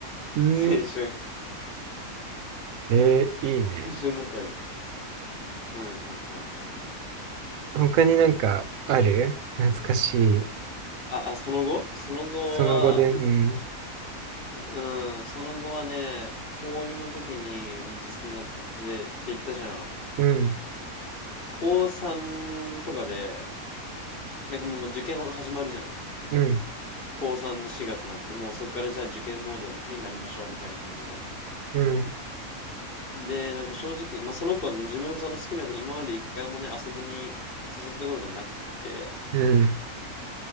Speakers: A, on the right (about 75°); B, on the left (about 45°).
A: うん、
B: 青春。
A: ええ、いいね。
B: 青春だったね。うんうんうんうん。
A: 他になんかある懐かしい。
B: あ、あ、その後その後は、
A: その後で、うん、
B: うん、その後はね、高2の時にめっちゃ好きになってって言ったじゃん。
A: うん、
B: 高3とかで、なんかもう受験始まるじゃん。
A: うん、
B: 高3の4月なんて、もうそっからじゃあ受験モードに、はい、なりましょうみたいな感じじゃん。
A: うん、
B: で、なんか正直、まあ、その子の自分のその好きな子、今まで一回もね、遊びに誘ったことがなくて、
A: うん、